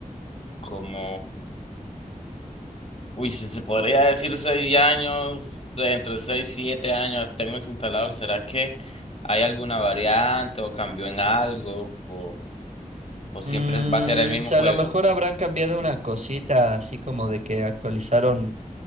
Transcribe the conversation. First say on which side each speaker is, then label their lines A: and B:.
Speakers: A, on the left; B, on the right.
A: como, uy, si se podría decir seis años, de entre seis y siete años tengo ese instalador. ¿Será que hay alguna variante o cambió en algo? ¿O, o siempre
B: Mm,
A: va a ser el mismo
B: o sea,
A: juego?
B: a lo mejor habrán cambiado una cosita, así como de que actualizaron,